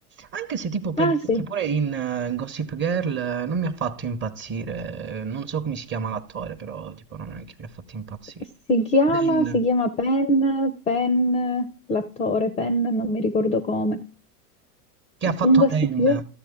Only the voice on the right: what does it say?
Anche se tipo per
che pure in eh, Gossip Girl eh, non mi ha fatto impazzire, eh, non so come si chiama l'attore, però tipo non è che mi ha fatto impazzire.
Dan,
che ha fatto
Dan?